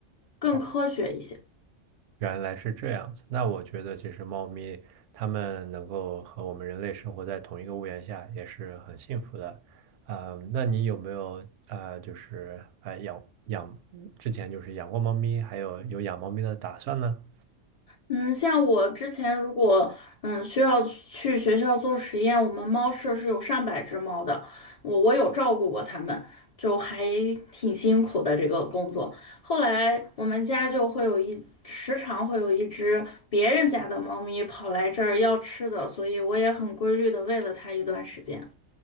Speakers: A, on the left; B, on the right.
A: 更科学一些。
B: 好，原来是这样子。那我觉得其实猫咪它们能够和我们人类生活在同一个屋檐下，也是很幸福的。嗯，那你有没有呃，就是呃养养之前就是养过猫咪，还有有养猫咪的打算呢？
A: 嗯，像我之前如果嗯需要去学校做实验，我们猫舍是有上百只猫的，我我有照顾过它们，就还挺辛苦的这个工作。后来我们家就会有一时常会有一只别人家的猫咪跑来这儿要吃的，所以我也很规律的喂了它一段时间。